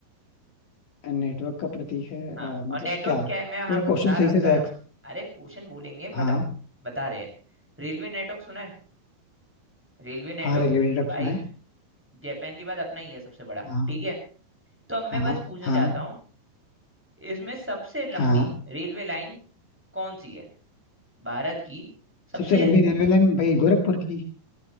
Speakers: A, on the left (about 65°); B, in the centre.
A: नेटवर्क का प्रतीक है
B: हाँ
A: अ, मतलब
B: और नेटवर्क
A: क्या
B: क्या है मैं हाँ
A: पूरा
B: मैं
A: क्वेश्चन
B: बता रहा
A: सही
B: बता
A: से सही
B: रहा अरे क्वेश्चन बोलेंगे मतलब
A: हाँ
B: बता रहे हैं रेलवे नेटवर्क सुना है रेलवे नेटवर्क
A: हाँ रेलवे नेटवर्क
B: भाई
A: सुना है
B: जापान के बाद अपना ही है सबसे बड़ा
A: हाँ
B: ठीक है तो अब
A: हाँ
B: मैं बस पूछना
A: हाँ
B: चाहता हूँ इसमें सबसे लंबी
A: हाँ
B: रेलवे लाइन कौन सी है भारत की सबसे
A: सबसे लंबी रेलवे लाइन भाई गोरखपुर की